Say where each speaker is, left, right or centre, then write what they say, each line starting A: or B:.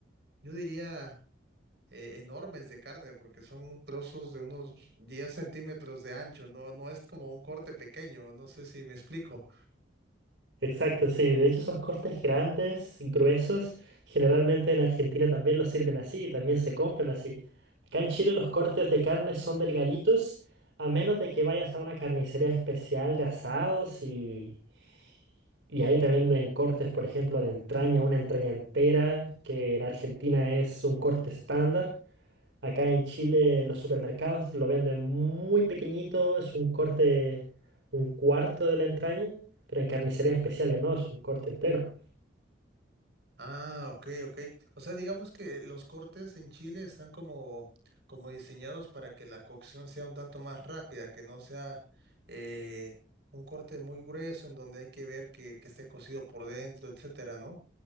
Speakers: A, on the right; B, on the right.
A: yo diría, eh, enormes de carne, porque son trozos de unos 10 centímetros de ancho, no, no es como un corte pequeño, no sé si me explico.
B: Exacto, sí. De hecho, esos cortes grandes, gruesos, generalmente en Argentina también los sirven así y también se compran así. Acá en Chile los cortes de carne son delgaditos, a menos de que vayas a una carnicería especial de asados y Y ahí también en cortes, por ejemplo, de entraña, una entraña entera, que en Argentina es un corte estándar. Acá en Chile los supermercados lo venden muy pequeñito, es un corte, un cuarto de la entraña, pero en carnicerías especiales no, es un corte entero.
A: Ah, ok, ok. O sea, digamos que los cortes en Chile están como, como diseñados para que la cocción sea un tanto más rápida, que no sea eh, un corte muy grueso en donde hay que ver que, que esté cocido por dentro, etcétera, ¿no?